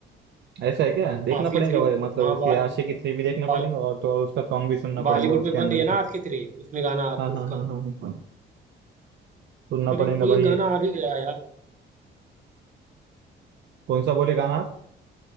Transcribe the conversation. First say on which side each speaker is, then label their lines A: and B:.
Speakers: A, on the right; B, on the right.
A: ऐसा है क्या देखना
B: आस्की
A: पड़ेगा
B: थ्री
A: भाई मतलब
B: हाँ
A: उसके
B: बा,
A: आशिकी थ्री भी देखना
B: बा,
A: पड़ेगा और तो और उसका सॉन्ग भी सुनना
B: बॉलीवुड
A: पड़ेगा उसके
B: में बन
A: अंदर
B: रही है ना
A: का
B: आस्की थ्री उसमें गाना आ रहा
A: हाँ
B: है
A: हाँ
B: उसका
A: हाँ हाँ हाँ हाँ। सुनना
B: अरे
A: पड़ेगा
B: कोई
A: भाई
B: एक गाना आ भी गया यार
A: कौन सा बोले गाना आप